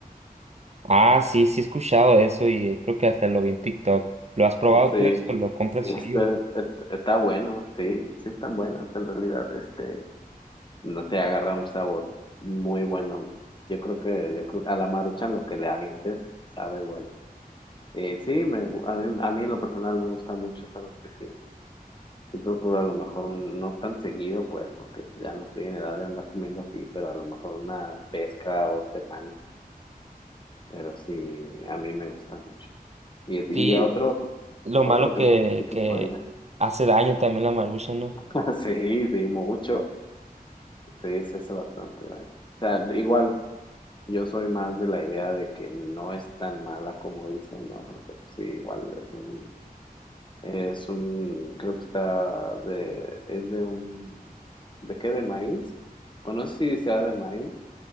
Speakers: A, on the right; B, on the left.
A: Ah, sí, sí he escuchado eso y eh, creo que hasta lo vi en TikTok. ¿Lo has probado
B: Sí,
A: tú eso? ¿Lo compras
B: sí,
A: seguido?
B: está, es- está bueno, sí, sí están buenas en realidad, este, no sé, agarra un sabor muy bueno. Yo creo que, yo creo a la maruchan lo que le avientes sabe bueno. Eh, sí, me, gu- a mí, a mí en lo personal me gusta mucho, es algo que sí. Y procuro a lo mejor no tan seguido, pues, porque pues, ya no estoy en edad de andar comiendo así, pero a lo mejor una vez cada dos semanas. Pero sí, a mí me gusta mucho. Y, a ti-
A: Sí,
B: y a otro,
A: lo
B: otro
A: malo
B: que
A: que,
B: me critiques
A: que
B: por allá.
A: hace daño también la marucha, ¿no?
B: <laughs> Sí, sí, mucho. Sí, se hace bastante daño. O sea, igual yo soy más de la idea de que no es tan mala como dicen, ¿no? Porque pues, sí, igual es un, es un, creo que está de, es de un, ¿de qué? ¿De maíz? O no sé si sea de maíz